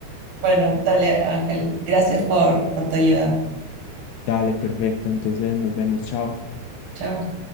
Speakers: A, on the right (about 60°); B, on the left (about 80°).
A: Bueno, dale, Ángel. Gracias por, por tu ayuda.
B: Dale, perfecto, entonces nos vemos, chao.
A: Chao.